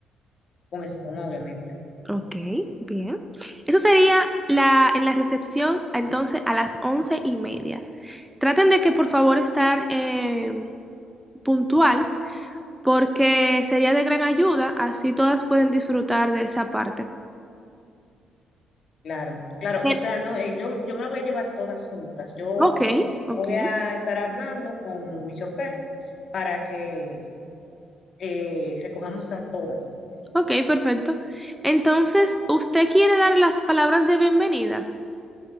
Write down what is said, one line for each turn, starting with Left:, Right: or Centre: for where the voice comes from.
Left: con espuma, obviamente.
Centre: Ok, bien. Eso sería la, en la recepción, entonces, a las once y media. Traten de que, por favor, estar eh, puntual, porque sería de gran ayuda, así todas pueden disfrutar de esa parte.
Left: Claro, claro,
Centre: Bien.
Left: o sea, no, eh, yo, yo me la voy a llevar todas juntas. Yo
Centre: Ok, ok,
Left: Voy a estar hablando con mi chofer para que eh, recojamos a todas.
Centre: ok, perfecto. Entonces, ¿usted quiere dar las palabras de bienvenida?